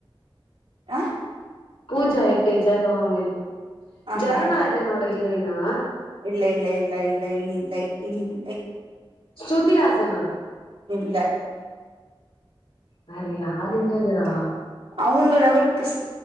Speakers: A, on the right; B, on the left.
A: ஆ
B: பூஜா எட்டேஜ்ஜா எதோ ஒரு <unintelligible>
A: ஆஹா
B: ஜனநாயகனோட
A: இல்ல
B: ஹீரோயினா
A: இல்ல இல்ல இல்ல இல்லை இல்லை இல்லை
B: ஸ்ருதி ஆசனா
A: இல்ல
B: வேற யாருங்க இக்குறா
A: அவுங்க லெவல்க்கு ஸ்